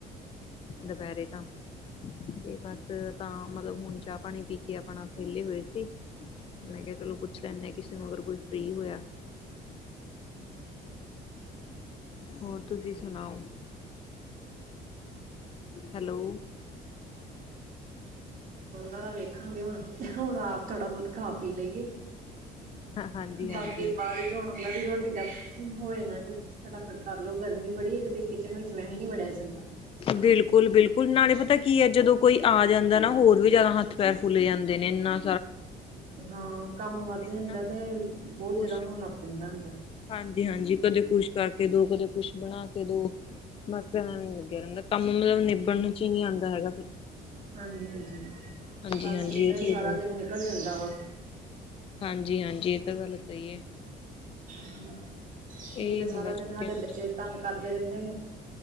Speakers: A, on the left; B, on the right.
A: ਦੁਪਹਿਰੇ ਤਾਂ ਤੇ ਬਸ ਤਾਂ ਮਤਲਬ ਹੁਣ ਚਾਹ ਪਾਣੀ ਪੀ ਕੇ ਆਪਣਾ ਫਹਲੇ ਹੋਏ ਸੀ। ਮੈਂ ਕਿਹਾ ਚਲੋ ਪੁੱਛ ਲੈਂਦੇ ਹਾਂ ਕਿਸੇ ਨੂੰ ਅਗਰ ਕੋਈ ਫਰੀ ਹੋਇਆ। ਹੋਰ ਤੁਸੀਂ ਸੁਣਾਓ। ਹੈਲੋ।
B: ਉਹਨਾਂ ਦਾ ਵੇਖਾਂਗੇ ਹੁਣ ਤੇ ਹੁਣ ਆਪ ਥੋੜ੍ਹਾ ਬਹੁਤ ਖਾ ਪੀ ਲਈਏ।
A: ਹਾਂਜੀ ਹਾਂਜੀ
B: ਬਾਕੀ ਬਾਅਦ ਚ ਹੁਣ ਉਹਨਾਂ ਦੀ ਰੋਟੀ ਦਾ ਹੋਏ ਨਾ ਕਿ ਫਟਾਫਟ ਕਰ ਲੋੋ ਗਰਮੀ ਬੜੀ ਕਿਤੇ ਕਿਚਨ ਵਿੱਚ ਵੈਸੇ ਨੀ ਵੜਿਆ ਜਾਂਦਾ।
A: ਬਿਲਕੁਲ ਬਿਲਕੁਲ ਨਾਲੇ ਪਤਾ ਕੀ ਹੈ ਜਦੋਂ ਕੋਈ ਆ ਜਾਂਦਾ ਨਾ ਹੋਰ ਵੀ ਜ਼ਿਆਦਾ ਹੱਥ ਪੈਰ ਫੁਲੇ ਜਾਂਦੇ ਨੇ ਇਨਾਂ
B: ਹਾਂ ਕੰਮ ਵੱਧਦੇ
A: ਹਨਾ
B: ਹੁੰਦਾ ਤੇ ਬਹੁਤ
A: ਕੁਛ
B: ਜਿਆਦਾ ਹੋਣ ਲੱਗ ਪੈਂਦਾ ਹੁੰਦਾ।
A: ਹਾਂਜੀ ਹਾਂਜੀ ਕਦੇ ਕੁਛ ਕਰਕੇ ਦੋ ਕਦੇ ਕੁਛ ਬਣਾ ਕੇ ਦੋ। ਬਸ ਇਹਨਾ <unintelligible> ਕੰਮ ਮਤਲਬ ਨਿਬੜਣ ਚ ਹੀ ਨਹੀਂੀ ਆਉਂਦਾ ਹੈਗਾ
B: ਹਾਂਜੀ ਹਾਂਜੀ
A: ਹਾਂਜੀ
B: ਬਸ
A: ਹਾਂਜੀ
B: ਇੱਦਾਂ
A: ਇਹ
B: ਹੀ
A: ਚੀਜ਼
B: ਸਾਰਾ ਦਿਨ ਨਿਕਲ ਜਾਂਦਾ ਵਾ।
A: ਹਾਂਜੀ ਹਾਂਜੀ ਇਹ ਤਾਂ ਗੱਲ ਸਹੀ ਹੈ।
B: ਹਮ
A: ਇਹੀ
B: ਇੱਕ ਤਾਂ ਸਾਰਾ
A: ਹੁੰਦਾ ਛੁੱਟੀਆਂ
B: ਦਿਨ ਸਾਡੇ ਬੱਚੇ। ਤੰਗ ਕਰਦੇ ਰਹਿੰਦੇ ਨੇ